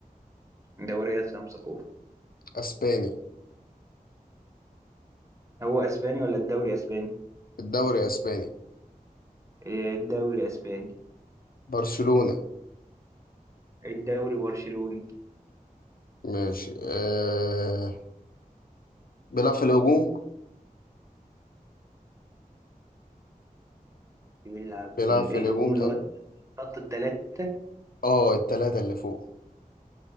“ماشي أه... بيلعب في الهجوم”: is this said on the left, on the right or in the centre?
Left